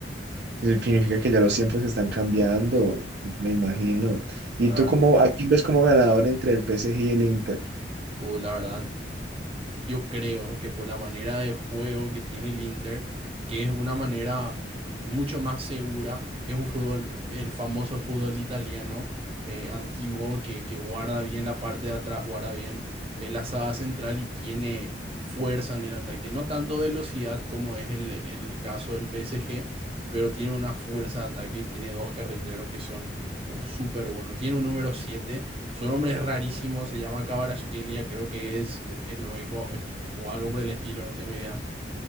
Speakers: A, on the right (about 65°); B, on the right (about 35°).
A: Significa que ya los tiempos están cambiando, me imagino. ¿Y
B: claro
A: tú cómo
B: ver-
A: a quién ves como ganador entre el PSG y el Inter?
B: uh, la verdad, yo creo que por la manera de juego que tiene el Inter, que es una manera mucho más segura, es un fútbol, el famoso fútbol italiano eh, antiguo que, que guarda bien la parte de atrás, guarda bien eh, la saga central y tiene fuerza en el ataque. No tanto velocidad como es el, el caso del PSG, pero tiene una fuerza de ataque y tiene dos carrileros que son uh, súper buenos. Tiene un número siete su nombre es rarísimo, se llama Cabaraskelia, creo que es eslovaco es- o algo por el estilo, no tengo idea.